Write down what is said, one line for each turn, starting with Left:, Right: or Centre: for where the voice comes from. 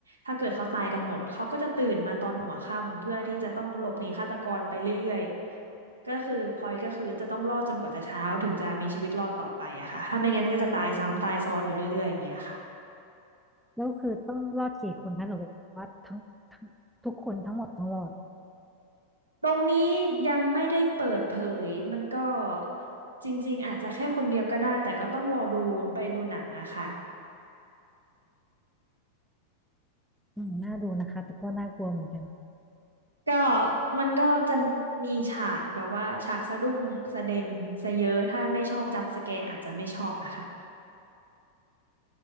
Right: ถ้าเกิดเขาตายกันหมดเขาก็จะตื่นมาตอนหัวค่ำเพื่อที่จะต้องหลบหนีฆาตกรไปเรื่อยๆก็คือพลอยก็คือจะต้องรอดจนกว่าจะเช้าถึงจะมีชีวิตรอดต่อไปอะค่ะถ้าไม่งั้นก็จะตายซ้ำตายซ้อนอยู่เรื่อยๆอย่างเงี้ยค่ะ
Centre: แล้วคือต้องรอดกี่คนคะหรือว่าทั้งทั้งทุกคนทั้งหมดต้องรอด
Right: ตรงนี้ยังไม่ได้เปิดเผยมันก็จริงๆอาจจะแค่คนเดียวก็ได้แต่ก็ต้องรอดูไปดูหนังอะค่ะ
Centre: อืมน่าดูนะคะแต่ก็น่ากลัวเหมือนกัน
Right: ก็มันก็จะมีฉากแบบว่าฉากสะดุ้งสะเด็นสะเยอะถ้าไม่ชอบจัมป์สแกร์อาจจะไม่ชอบนะคะ